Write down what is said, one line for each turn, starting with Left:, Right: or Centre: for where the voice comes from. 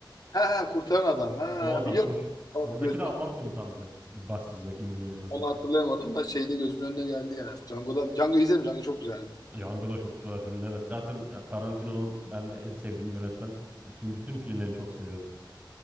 Left: Ha ha kurtaran adam. Ha
Right: O adam
Left: biliyorum.
Right: o ş- oradaki
Left: Gözüm
Right: de Alman komutandı. Busters'daki, Inglourious Basterds.
Left: Onu hatırlayamadım da şeyde gözümün önüne geldi yani. Django'da Django izledim. Django çok güzeldi.
Right: Django da çok güzel filmdi evet. Zaten ya, Tarantino'nun ben en sevdiğim yönetmen. Film, bütün filmlerini çok seviyorum.